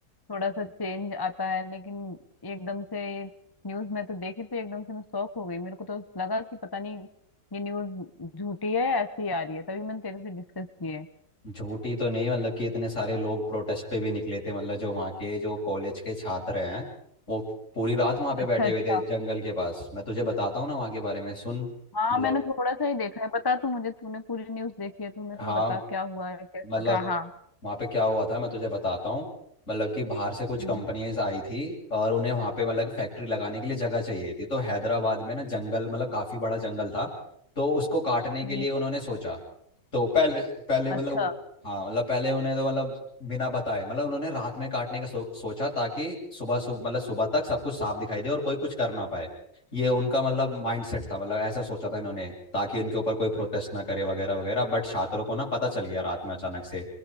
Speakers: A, on the left (about 20°); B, on the left (about 60°).
A: थोड़ा सा चेंज आता है लेकिन एकदम से ये न्यूज में तो देखी तो एकदम से मैं शॉक हो गई मेरे को तो लगा कि पता नहीं ये न्यूज झूठी है या ऐसी ही आ रही है तभी मैंने तेरे से डिस्कस की है
B: झूठी तो नहीं मतलब कि इतने सारे लोग प्रोटेस्ट पे भी निकले थे मतलब जो वहाँ के जो कॉलेज के छात्र हैं वो पूरी रात वहाँ पे
A: अच्छा
B: बैठे
A: अच्छा
B: हुए थे जंगल के पास मैं तुझे बताता हूँ ना वहाँ के बारे में सुन
A: हाँ
B: मतलब
A: मैंने थोड़ा सा ही देखा है बता तू मुझे तूने पूरी न्यूज देखी है तू मेरे
B: हाँ
A: को बता क्या हुआ है
B: मतलब
A: कैसा था हाँ
B: वहाँ पे क्या हुआ था मैं तुझे बताता हूँ मतलब कि बाहर से कुछ
A: हम्म
B: कंपनीज आई थी और उन्हें वहाँ पे मतलब फैक्ट्री लगाने के लिए जगह चाहिए थी तो हैदराबाद में ना जंगल मतलब काफ़ी बड़ा जंगल था तो उसको काटने
A: हम्म
B: के लिए उन्होंने सोचा तो पहले पहले मतलब
A: अच्छा
B: हाँ मतलब पहले उन्हें तो मतलब बिना बताए मतलब उन्होंने रात में काटने का सो, सोचा ताकि सुबह सुबह मतलब सुबह तक सब कुछ साफ दिखाई दे और कोई कुछ कर ना पाए ये उनका मतलब माइंड सेट था मतलब ऐसा सोचा था इन्होंने ताकि इनके ऊपर कोई प्रोटेस्ट ना करे वगैरह वगैरह बट छात्रों को ना पता चल गया रात में अचानक से